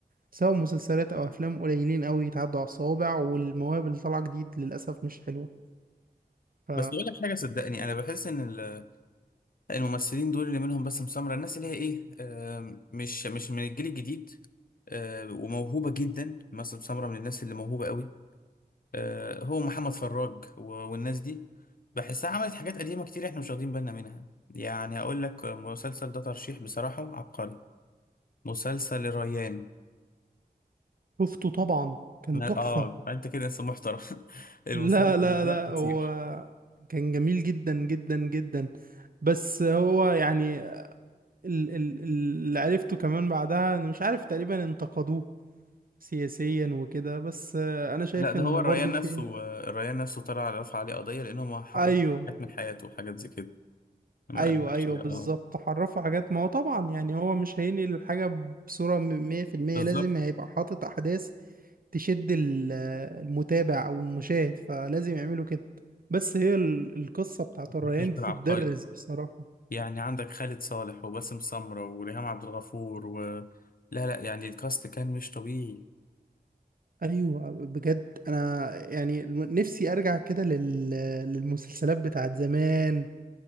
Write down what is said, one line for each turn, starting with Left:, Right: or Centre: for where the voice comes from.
Right: سواء مسلسلات أو أفلام قليلين أوي يتعدوا على الصوابع والمواهب اللي طالعة جديد للأسف مش حلوة ف
Left: بس اقول لك حاجة صدقني انا بحس ان ال- الممثلين دول اللي منهم باسم سمرة الناس اللي هي ايه آم، مش مش من الجيل الجديد آه، وموهوبة جدا باسم سمرة من الناس اللي موهوبة قوي آه، هو محمد فراج و- والناس دي بحسها عملت حاجات قديمة كتير احنا مش واخدين بالنا منها يعني اقول لك مسلسل ده ترشيح بصراحة عبقري مسلسل الريان
Right: شفته طبعا كان
Left: ما-
Right: تحفة
Left: اه انت كده انسان محترم <laughs> المسلسل
Right: لا لا
Left: ده
Right: لا
Left: خطير
Right: هو كان جميل جدا جدا جدا بس هو يعني ال- ال- ال- اللي عرفته كمان بعدها انا مش عارف تقريبا انتقدوه سياسيا وكده بس آه، انا شايف
Left: لا ده
Right: ان
Left: هو
Right: برضو
Left: الريان
Right: في
Left: نفسه الريان نفسه طلع على رفع عليه قضية لأنه ما حرم
Right: ايوه
Left: حاجات من حياته وحاجات زي كده ما
Right: ايوه
Left: قالهاش
Right: ايوه بالظبط
Left: اه
Right: حرفوا حاجات ما هو طبعا يعني هو مش هينقل الحاجة بصورة مية في المية
Left: بالظبط
Right: لازم هيبقى حاطط احداث تشد ال- آه، المتابع او المشاهد فلازم يعملوا كده بس هي ال- القصة بتاعت الريان
Left: المستشفى
Right: دي
Left: العبقري
Right: تتدرس بصراحة
Left: يعني عندك خالد صالح وباسم سمرة وريهام عبد الغفور و... لا لا يعني الكاست كان مش طبيعي
Right: ايوه بجد انا يعني نفسي ارجع كده لل... للمسلسلات بتاعت زمان